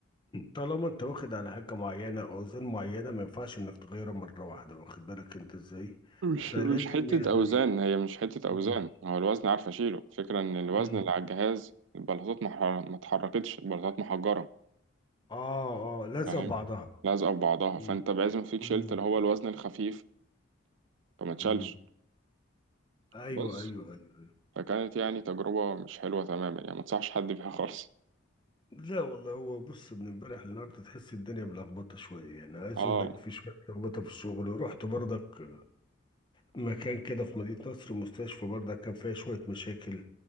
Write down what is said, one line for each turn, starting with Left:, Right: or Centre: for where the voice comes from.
Left: طالما انت واخد على حاجة معينة او اوزان معينة ما ينفعش انك تغيرها مرة واحدة واخد بالك انت ازاي
Right: مش
Left: فلازم
Right: مش حته
Left: يعني
Right: اوزان هي مش حته اوزان
Left: مم.
Right: هو الوزن عارف اشيله الفكره ان الوزن
Left: مم.
Right: اللي على الجهاز البلاطات ما ح- ما اتحركتش البلاطات محجره
Left: اه اه لازم
Right: فاهم
Left: بعضها
Right: لازقه في بعضها
Left: مم.
Right: فانت بعزم فيك
Left: مم.
Right: شلت اللي هو الوزن الخفيف فما اتشالش
Left: مم. ايوه
Right: بس
Left: ايوه ايوه أيوة.
Right: فكانت يعني تجربه مش حلوه تماما يعني ما انصحش حد بيها خالص
Left: لا والله هو بص من امبارح للنهارده تحس الدنيا ملخبطه شويه يعني عايز
Right: اه
Left: اقول لك في شويه لخبطه في الشغل ورحت برضك مكان كده في مدينه نصر مستشفى برضك كان فيها شويه مشاكل